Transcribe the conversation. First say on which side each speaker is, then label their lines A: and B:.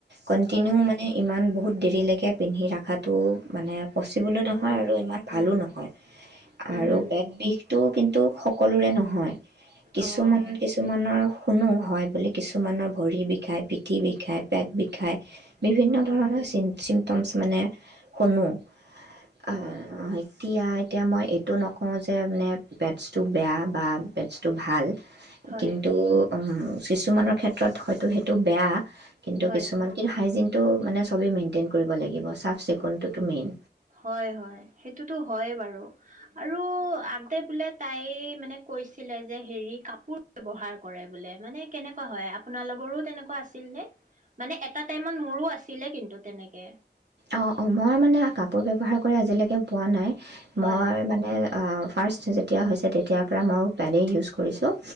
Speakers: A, on the right; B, on the right.
A: কণ্টিনিউ
B: হয়,
A: মানে ইমান বহুত দেৰিলৈকে পিন্ধি ৰাখাত তটো মানে পচিবলো
B: উম,
A: নহয়, আৰু ইমান ভালো
B: উম,
A: নহয়
B: উম,
A: আৰু
B: হুম,
A: পেট বিষটো কিন্তু টো সকলোৰে নহয় কিছুমান
B: অ',
A: কিছুমানৰ শুনো হয়, বুলি কিছুমানৰ ভৰি বিষায়, পিঠি বিষায়, পেট বিখায়। বিভিন্ন
B: অ',
A: ধৰণৰ চিণ চিম টমছ মানে শুনো অ', <unintelligible> এতিয়া, এতিয়া মই এইটো নকওঁ যে, মানে, বেটছটো বেয়া বা বেটছটো ভাল।
B: হয়,
A: কিন্তু অম কিছুমানৰ ক্ষেত্ৰত, হয়তো সেইটো বেয়া কিন্তু,
B: হয়।
A: কিছুমানকিন হাইজিন টো, মানে, চবে মেইনটেইন কৰিব লাগিব চাফ চেকুনটোতো মেইন
B: হয় হয়, সেইটোতো হয়েই বাৰু। আৰু আনতে বোলে তাই, মানে কৈছিলে যে, হেৰি, কাপোৰ ব্যৱহাৰ কৰে বোলে। মানে, কেনেকুৱা হয়? আপোনালোকৰো তেনেকুৱা আছিল নে? মানে, এটা টাইমত মোৰো আছিলে, কিন্তু তেনেকে
A: অ', অ', মই মানে কাপোৰ ব্যৱহাৰ কৰে আজিলেকে পোৱা নাই।
B: হয়
A: মই, মানে অ, ফাৰ্ষ্ট যেতিয়া হৈছে, তেতিয়াৰ পৰা মইও পেডেই ইউজ কৰিছোঁ।